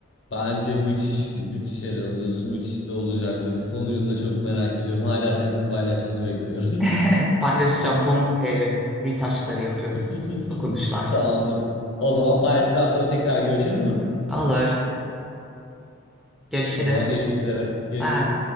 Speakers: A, on the left; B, in the centre.
A: Bence müthiş müthiş ele alıyorsun. Müthiş de olacaktır. Sonucunu da çok merak ediyorum. Hala tezini paylaşmanı bekliyorum.
B: <laughs> Paylaşacağım son e, retouchları yapıyorum.
A: <laughs>
B: Dokunuşlar.
A: Tamamdır. O zaman paylaştıktan sonra tekrar görüşelim mi?
B: Alır. Görüşürüz.
A: O zaman görüşmek üzere. Görüşürüz.
B: Ha,